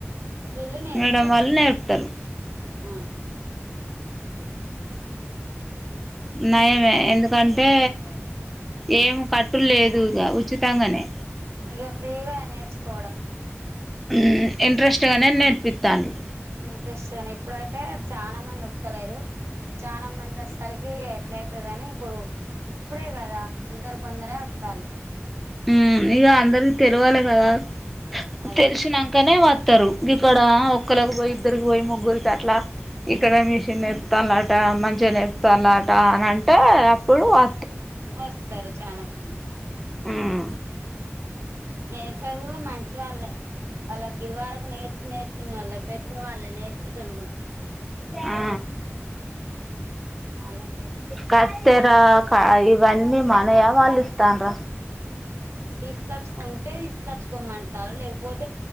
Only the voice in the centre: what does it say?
మేడం వాళ్ళు నేర్పుతారు
ఉ నయమె
ఎందు కంటే ఏం కట్టులు లేదు ఇగ ఉచితంగనే
ఉ ఇంట్రెస్ట్గానే నేర్పిస్తాండ్రు
ఉ ఇగ అందరి తెలువాలి కదా
తెలిసినంకనే వత్తరు గిక్కడ ఒక్కలకి పోయి ఇద్దరికి పోయి ముగ్గురికి అట్లా ఇక్కడ మిషన్ నేర్పుతాలాట మంచిగా నేర్పుతాలాట అని అంటే అప్పుడు అ
ఊమ్
ఆ
కత్తెర కా ఇవన్నీ మనయ వాళ్ళు ఇత్తన్ర